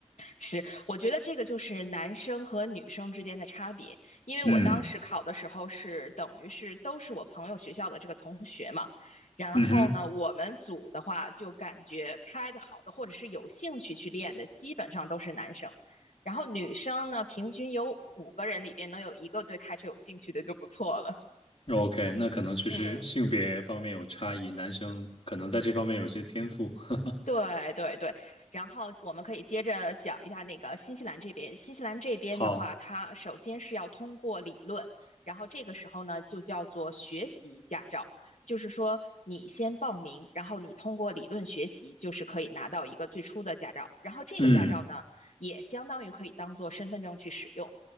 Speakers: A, on the left; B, on the left.
A: 是，我觉得这个就是男生和女生之间的差别，因为我当时考的时候是等于是都是我朋友学校的这个同学嘛，
B: 嗯
A: 然后呢，
B: 嗯哼
A: 我们组的话就感觉开的好的或者是有兴趣去练的，基本上都是男生，然后女生呢，平均有五个人里边能有一个对开车有兴趣的就不错了，
B: ，OK，那可能确实性别方面有差异，
A: 嗯。
B: 男生可能在这方面有些天赋。<laughs>
A: 对对对，然后我们可以接着讲一下那个新西兰这边。新西兰这边的话，
B: 好，
A: 它首先是要通过理论，然后这个时候呢就叫做学习驾照，就是说你先报名，然后你通过理论学习，就是可以拿到一个最初的驾照。然后这个驾照呢，
B: 嗯
A: 也相当于可以当做身份证去使用。